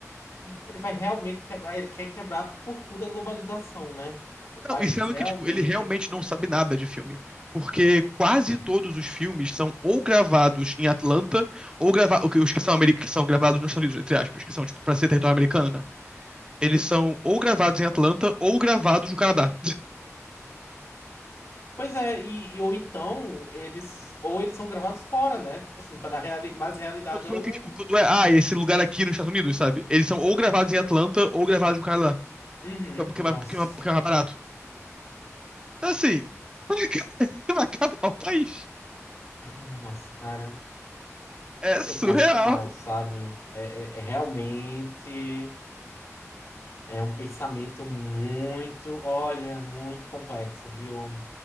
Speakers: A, on the left; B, on the right.
A: ele vai realmente quebrar, ele quer quebrar por tudo a globalização, né? Do país,
B: Não, e sendo
A: realmente.
B: que, tipo, ele realmente não sabe nada de filme. Porque quase todos os filmes são ou gravados em Atlanta, ou gravados. Os que são, ameri- que são gravados nos Estados Unidos, entre aspas, que são, tipo, pra ser território americano, né? Eles são ou gravados em Atlanta, ou gravados no Canadá.
A: Pois é, e, e ou então eles ou eles são gravados fora, né? Tipo Assim, para dar reali mais realidade
B: Eu tô falando
A: é o.
B: que, tipo, quando é. Ah, esse lugar aqui nos Estados Unidos, sabe? Eles são ou gravados em Atlanta, ou gravados no Canadá.
A: Uhum.
B: Porque é mais,
A: Nossa.
B: porque é mais porque é mais barato. Então, assim. <laughs> Vai acabar o país.
A: Ai, Nossa, cara.
B: É surreal.
A: Eu passo mal, sabe? É, é- é realmente é um pensamento muito, olha, muito complexo, viu?